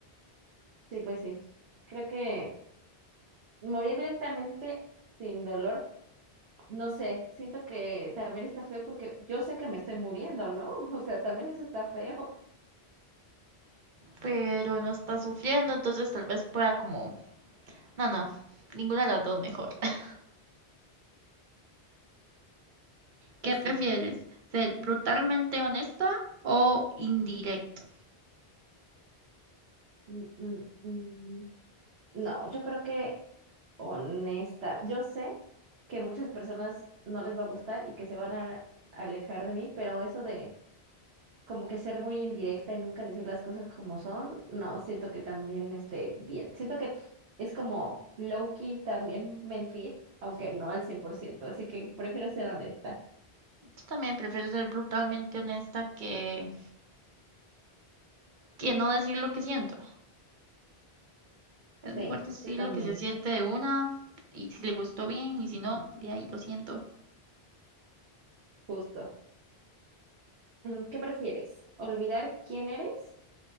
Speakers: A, on the right; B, on the right.
A: sí, pues sí. Creo que morir lentamente sin dolor, no sé, siento que también está feo porque yo sé que me estoy muriendo, ¿no? <laughs> O sea, también eso está feo.
B: Pero no está sufriendo, entonces tal vez pueda como... No, no, ninguna de las dos mejor. <laughs>
A: Pues
B: ¿Qué prefieres?
A: sí.
B: ¿Ser brutalmente honesta o indirecto?
A: Mm, mm, mm. No, yo creo que honesta, yo sé que muchas personas no les va a gustar y que se van a alejar de mí, pero eso de como que ser muy indirecta y nunca decir las cosas como son, no, siento que también esté bien. Siento que es como low-key también mentir, aunque no al cien por ciento así que prefiero ser honesta.
B: Yo también prefiero ser brutalmente honesta que, que no decir lo que siento. Es
A: Sí,
B: mejor decir
A: yo también,
B: lo que se siente de una y si le gustó bien y si no, de ahí lo siento.
A: justo. Mm, ¿Qué prefieres? ¿Olvidar quién eres